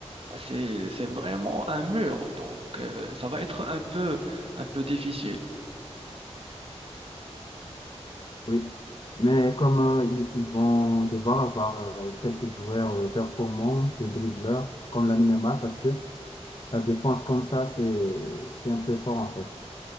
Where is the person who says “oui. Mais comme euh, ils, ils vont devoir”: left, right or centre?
Left